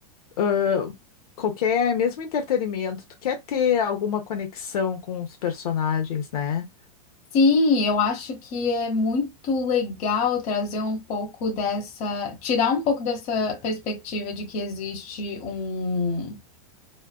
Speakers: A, on the left; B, on the left.
A: eh, qualquer, mesmo entretenimento, tu quer ter alguma conexão com os personagens, né?
B: Sim, eu acho que é muito legal trazer um pouco dessa, tirar um pouco dessa perspectiva de que existe um